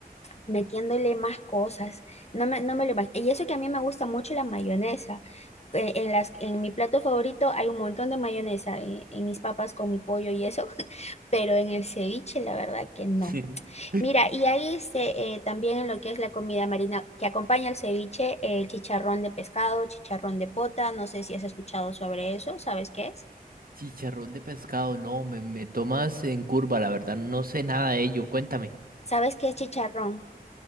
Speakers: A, on the left; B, on the right.
A: metiéndole más cosas. No me, no me lo imagino. Y eso que a mí me gusta mucho la mayonesa. Eh, En las, en mi plato favorito hay un montón de mayonesa, eh, en, mis papas con mi pollo y eso, <laughs> pero en el ceviche la verdad que no.
B: <laughs>
A: Mira, y ahí este, eh, también en lo que es la comida marina que acompaña el ceviche, el chicharrón de pescado, chicharrón de pota, no sé si has escuchado sobre eso, ¿sabes qué es?
B: Chicharrón de pescado, no, me, me tomas en curva, la verdad, no sé nada de ello, cuéntame.
A: ¿Sabes qué es chicharrón?